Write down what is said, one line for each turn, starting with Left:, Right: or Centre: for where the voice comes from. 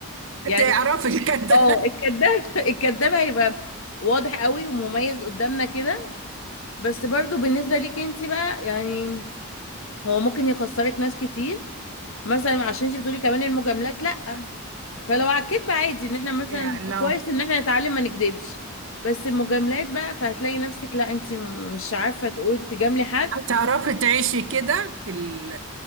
Left: يعني
Right: تعرفي الكده
Left: اه الكذاب <laughs> الكذاب هيبقى واضح قوي ومميز قدامنا كده بس برضو بالنسبه ليكي انت بقى يعني هو ممكن يخسرك ناس كتير مثلا عشان انت بتقولي كمان المجاملات لا فلو على الكدب عادي ان احنا
Right: <laughs>
Left: مثلا
Right: يعني لو
Left: كويس ان احنا نتعلم ما نكدبش بس المجاملات بقى فهتلاقي نفسك لا انت مش عارفه تقول تجاملي حد
Right: هتعرفي تعيشي كده في ال...